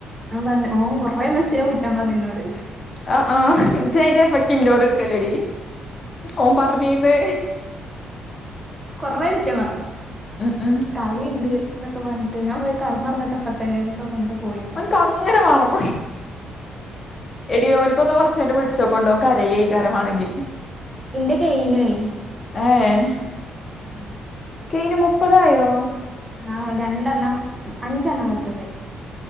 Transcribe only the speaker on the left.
ആഹ് ആഹ് ഇജയ്ന്റെ എഫക്റ്റ് ഇന്നോട് എടുക്കല്ലേടി ഓൻ പറഞ്ഞീന്ന്.
ഉം ഉം
കങ്ങനെ മാണം. എടിഓനിക്ക് ഒന്ന് കൊറച്ച്കഴിഞ്ഞിട്ട് വിളിച്ചോക്ക് ഒണ്ടോ കരയാരിക്കുംമാണെക്കി
ആഹ് ഏഹ്
കയിന് മുപ്പതായോ